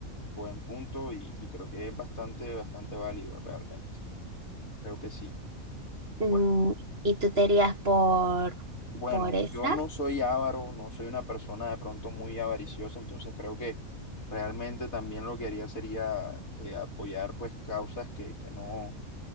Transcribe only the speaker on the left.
buen punto y, y creo que es bastante, bastante válido realmente. Creo que sí.
Bueno,
bueno,
yo no soy avaro, no soy una persona de pronto muy avariciosa, entonces creo que realmente también lo que haría sería eh, apoyar pues causas que, que no,